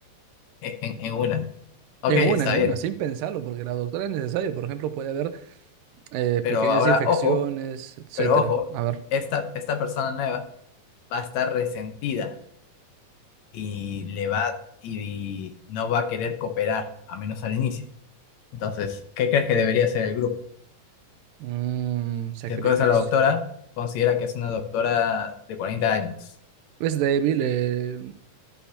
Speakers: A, on the left; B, on the right.
A: en, en una. Ok,
B: En
A: está
B: una, en una,
A: bien,
B: sin pensarlo, porque la doctora es necesaria. Por ejemplo, puede haber eh,
A: pero
B: pequeñas
A: ahora,
B: infecciones,
A: ojo
B: etcétera.
A: Pero ojo,
B: A ver.
A: esta, esta persona nueva va a estar resentida y le va y no va a querer cooperar, a menos al inicio. Entonces, ¿qué crees que debería hacer el grupo?
B: Mm, sacrificio.
A: Si escoges a la doctora, considera que es una doctora de cuarenta años.
B: Es débil, eh,